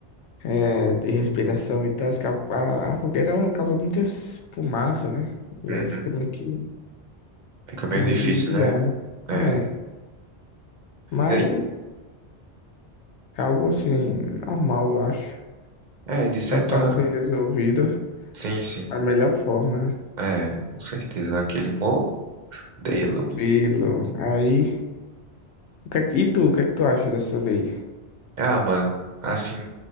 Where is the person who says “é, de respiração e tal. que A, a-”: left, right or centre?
Left